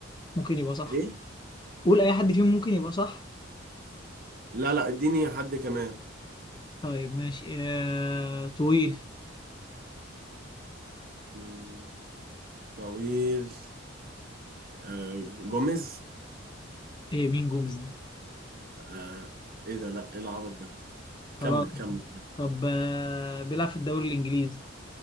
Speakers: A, on the left; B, on the right.
A: ممكن يبقى صح
B: ايه
A: قول اي حد فيهم ممكن يبقى صح
B: لا لا اديني حد كمان
A: طيب ماشي آه... طويل
B: مم، طويل آه جوميز
A: ايه مين جوميز ده
B: آه ايه ده لا ايه العبط ده
A: خلاص
B: كمل كمل
A: طب آه... بيلعب في الدوري الانجليزي